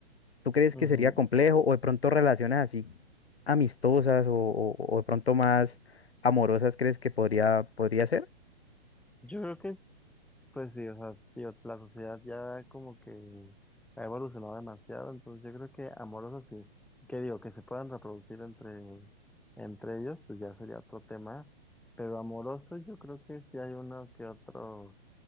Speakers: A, on the left (about 75°); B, in the centre.
A: ¿Tú crees que
B: Ujú.
A: sería complejo o de pronto relaciones así amistosas o, o- o de pronto más amorosas crees que podría, podría ser?
B: Yo creo que, pues sí, o sea, tío, la sociedad ya como que ha evolucionado demasiado, entonces yo creo que amorosos sí. ¿Qué digo? Que se puedan reproducir entre, entre ellos, pues ya sería otro tema. Pero amoroso yo creo que sí hay uno que otro